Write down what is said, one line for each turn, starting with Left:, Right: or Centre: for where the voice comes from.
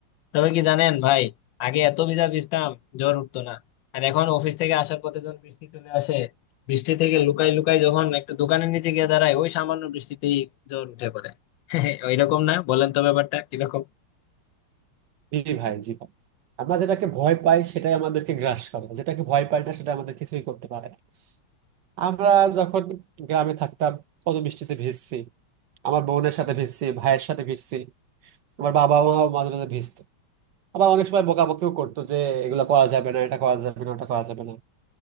Left: তবে কি জানেন ভাই আগে এত ভিজা ভিজতাম জ্বর উঠতো না আর এখন অফিস থেকে আসার পথে যখন বৃষ্টি চলে আসে বৃষ্টি থেকে লুকাই লুকাই যখন একটা দোকানের নিচে গিয়ে দাঁড়ায় ওই সামান্য বৃষ্টিতেই জ্বর উঠে পড়ে <laughs> ওইরকম না বলেন তো ব্যাপারটা কিরকম
Right: জি ভাই জি ভাই আমরা যেটাকে ভয় পাই সেটাই আমাদেরকে গ্রাস করে যেটাকে ভয় পাই না সেটা আমাদের কিছুই করতে পারে না আমরা যখন গ্রামে থাকতাম কত বৃষ্টিতে ভিজছি আমার বোনের সাথে ভিজছি ভাইয়ের সাথে ভিজছি আমার বাবা মাও মাঝে মাঝে ভিজতো আবার অনেক সময় বকাবকিও করতো যে এগুলো করা যাবে না এটা করা যাবে না ওটা করা যাবে না